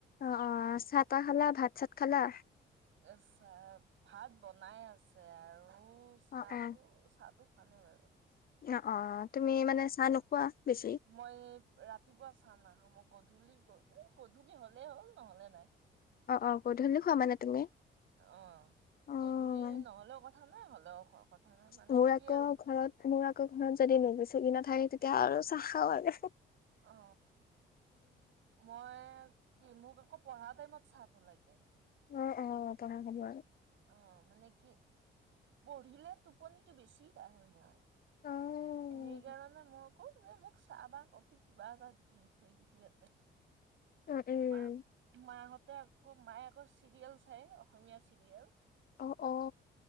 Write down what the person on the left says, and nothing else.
অ অ চাহ তাহ খালা ভাত চাত খালা।
অ অ
অ অ তুমি মানে চাহ নোখোৱা বেছি
অ অ গধূলি খোৱা মানে তুমি-
অ
মোৰ
আকৌ
মোৰ আকৌ ঘৰত যদি নোখোজে। ঠাৰ তেতিয়া আৰু চাহ খা লাগে।
অ অ অ পঢ়া সময়ৰ <unintelligible>
অ উম
<inaudible> উম
অ অ